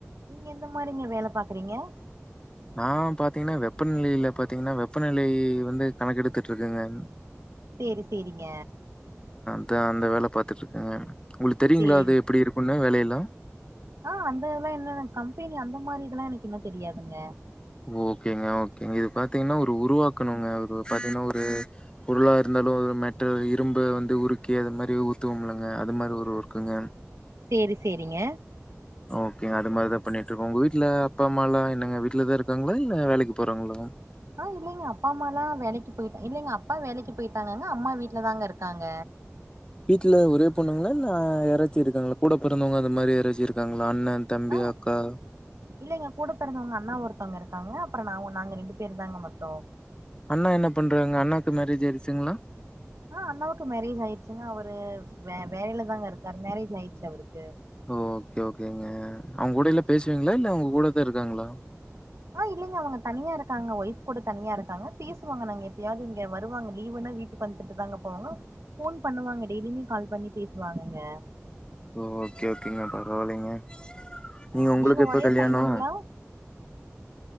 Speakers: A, on the right (about 80°); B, on the left (about 20°).
A: நீங்க எந்த மாரிங்க வேல பாக்குறீங்க
B: நா பாத்தீங்கன்னா வெப்பநிலையில பாத்தீங்கன்னா வெப்பநிலை வந்து கணக்கெடுத்துட்ருக்கேங்க
A: சேரி சேரிங்க
B: நா அந்த வேல பாத்துட்ருக்கேங்க உங்களுக்கு தெரியுங்களா
A: சேரி
B: அது எப்டி இருக்குன்னு இன்னு வேலையெல்லா
A: ஆ அந்த இதெல்லா என்ன கம்பெனி அந்த மாரி இதெல்லா எனக்கு இன்னு தெரியாதுங்க
B: ஓகேங்க ஓகேங்க இது பாத்தீங்கன்னா ஒரு உருவாக்கணுங்க ஒரு பாத்தீங்கன்னா ஒரு பொருளா இருந்தாலு ஒரு மெட்டர் இரும்ப வந்து உருக்கி அது மாரி ஊத்துவோம்ல்லங்க அது மாரி ஒரு ஒர்க்குங்க
A: சேரி சேரிங்க
B: ஓகேங்க அது மாரிதா பண்ணிட்டு இருக்கோ உங்க வீட்ல அப்பா அம்மாலா என்னங்க வீட்லதா இருக்காங்களா இல்ல வேலைக்கு போறாங்களா
A: ஆ இல்லைங்க அப்பா அம்மால்லா வேலைக்கு போயிட்டா இல்லைங்க அப்பா வேலைக்கு போயிட்டாங்கங்க அம்மா வீட்ல தாங்க இருக்காங்க
B: வீட்ல ஒரே பொண்ணுங்களா இல்ல யாராச்சி இருக்காங்களா கூட பொறந்தவங்க அந்த மாரி யாராச்சி இருக்காங்களா அண்ணன், தம்பி,
A: ஆ
B: அக்கா?
A: இல்லைங்க கூட பெறந்தவங்க அண்ணா ஒருத் த்தவங்க இருக்காங்க அப்பறோ நா ஒன் நாங்க ரெண்டு பேர் தாங்க மொத்தோ
B: அண்ணா என்ன பண்றாங்க அண்ணாக்கு மேரேஜ் ஆயிருச்சிங்ளா
A: ஆ அண்ணாவுக்கு மேரேஜ் ஆயிருச்சிங்க அவரு வே வேலைலதாங்க இருக்காரு மேரேஜ் ஆயிருச்சி அவருக்கு
B: ஓ ஓகே ஓகேங்க அவங்க கூட இல்ல பேசுவீங்களா இல்ல அவங்க கூடதா இருக்காங்களா
A: ஆ இல்லைங்க அவங்க தனியா இருக்காங்க வைஃப் கூட தனியா இருக்காங்க பேசுவாங்க நாங்க எப்பயாவது இங்க வருவாங்க லீவுனா வீட்டுக்கு வந்துட்டு தாங்க போவாங்க போன் பண்ணுவாங்க டெய்லியுமே கால் பண்ணி பேசுவாங்கங்க
B: ஓ ஓகே ஓகேங்க பரவால்லைங்க நீங்க
A: ஆ
B: உங்களுக்கு எப்ப
A: ஒரே
B: கல்யாணோ
A: பையனுங்களா